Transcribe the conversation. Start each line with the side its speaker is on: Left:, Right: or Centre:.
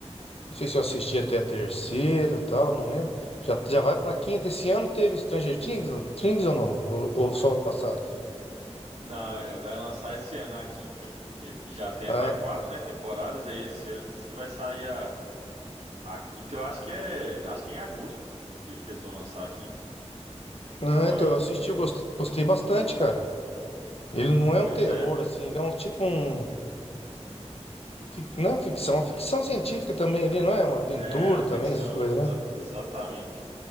Left: Não sei se eu assisti até a terceira, tal, não lembro. Já, já vai pra quinta. Esse ano teve Stranger Things, Things ou não? Ou, ou só ano passado?
Right: Não, é- vai lançar esse ano a quinta. Ele já tem
Left: Ah,
Right: até quatro, né, temporadas. Aí esse ano diz que vai sair a, a quinta. Eu acho que é, acho que é em agosto que, que eles vão lançar a quinta, quinta
Left: ah,
Right: temporada.
Left: então eu assisti, eu gostei, gostei bastante, cara. Ele não
Right: Pois
Left: é um terror,
Right: é,
Left: assim, ele é um tipo um. fic- Não é ficção, é uma ficção científica também ali, não é? Uma aventura
Right: é uma ficção,
Left: também, essas coisas,
Right: exa-
Left: né?
Right: exatamente.